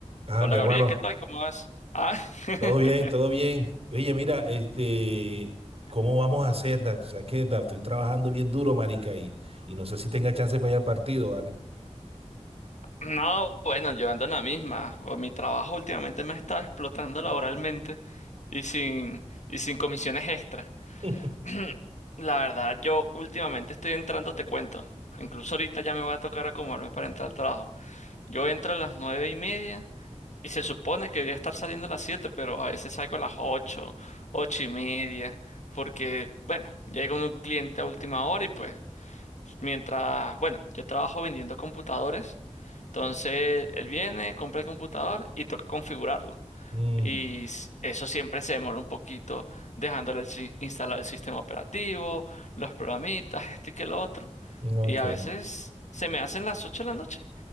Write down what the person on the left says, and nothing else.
Hola
Gabriel, ¿qué tal? ¿Cómo vas? Ah, <laughs>
no, bueno, yo ando en la misma. O Mi trabajo últimamente me ha estado explotando laboralmente y sin, y sin comisiones extra.
<clears throat> La verdad, yo últimamente estoy entrando, te cuento. Incluso ahorita ya me va a tocar acomodarme para entrar al trabajo. Yo entro a las nueve y media y se supone que debería estar saliendo a las siete, pero a veces salgo a las ocho, ocho y media, porque, bueno, llega un cliente a última hora y pues Mientras, bueno, yo trabajo vendiendo computadores, entonces él viene, compra el computador y toca configurarlo.
Y s- eso siempre se demora un poquito dejándole el si- instalar el sistema operativo, los programitas, esto y que lo otro.
Y a veces se me hacen las 8 de la noche